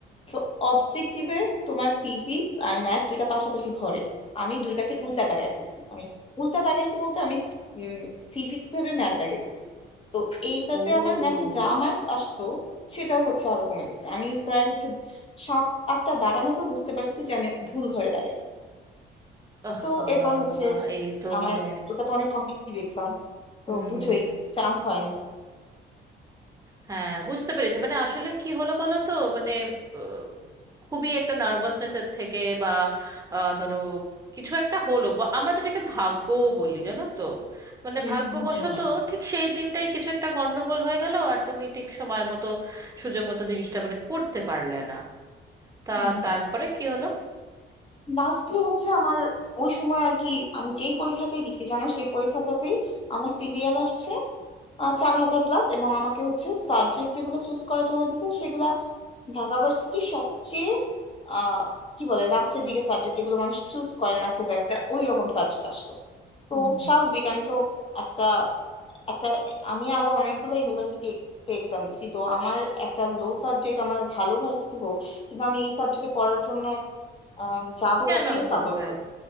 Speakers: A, on the left; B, on the right.
A: তো অবজেক্টিভে তোমার ফিজিক্স আর ম্যাথ দুইটা পাশাপাশি ঘরে আমি দুইটাকে উল্টা দাগায় ফেলছি মানে উল্টা দাগাইছি বলতে আমি ফিজিক্স ভেবে ম্যাথ দাগিয়ে ফেলছি তো এইটাতে
B: ও
A: আমার ম্যাথে যা মার্কস আসতো সেটাও হচ্ছে আরো কমে গেছে আমি প্রায় হচ্ছে সাত আটটা দাগানোর পর বুঝতে পারছি যে আমি ভুল ঘরে দাগাইছি
B: আহা
A: তো এরপর হচ্ছে
B: এ তো
A: আমার
B: মানে
A: এটা তো অনেক কম্পিটিটিভ এক্সাম তো
B: হুম
A: বুঝোই চান্স হয়নি
B: হ্যাঁ বুঝতে পেরেছি মানে আসলে কি হলো বলো তো মানে আহ, খুবই একটা নার্ভাসনেসের থেকে বা আহ, ধরো কিছু একটা হলো বা আমরা যেটাকে ভাগ্য বলি জানো তো মানে
A: হুম
B: ভাগ্যবশত
A: হুম হুম
B: ঠিক সেই দিনটাই কিছু একটা গন্ডগোল হয়ে গেল আর তুমি ঠিক সময় মতো সুযোগ মতো জিনিসটা মানে করতে পারলে না তা
A: হুম।
B: তারপরে
A: হম
B: কি হলো
A: লাস্টলি হচ্ছে আমার ওই সময় আর কি আমি যেই পরীক্ষাতেই দিছি জানো সেই পরীক্ষাটাতেই আমার সিরিয়াল আসছে চার হাজার প্লাস এবং আমাকে হচ্ছে সাবজেক্ট যেগুলো চুজ করার জন্য দিছে সেগুলা ঢাকা ভার্সিটির সবচেয়ে আহ কি বলে লাস্টের দিকে সাবজেক্ট যেগুলো মানুষ চুজ করে না খুব একটা ওই রকম সাবজেক্ট আসলো তো
B: হুম।
A: স্বাভাবিক আমি তো একটা একটা আমি আরো অনেকগুলো ইউনিভার্সিটিতে এক্সাম দিছি তো আমার একটা লো সাবজেক্ট আমার ভালো ভার্সিটি হোক কিন্তু আমি এই সাবজেক্টে পড়ার জন্য আম, যাবো
B: কেন
A: এটা কেউ
B: করবে
A: সাপোর্ট করে